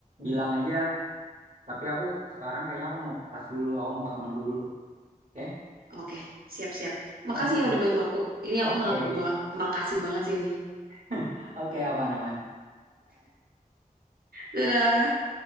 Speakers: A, on the right; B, on the right.
A: bilang aja. Tapi aku sekarang kayaknya aku mau ke kelas dulu. Aku mau ke temanku dulu. Oke
B: oke siap-siap
A: oke
B: makasih ya udah bantu aku ini
A: oke
B: aku sangat ba- makasih banget sih ini
A: <laughs> oke apa namanya?
B: dadah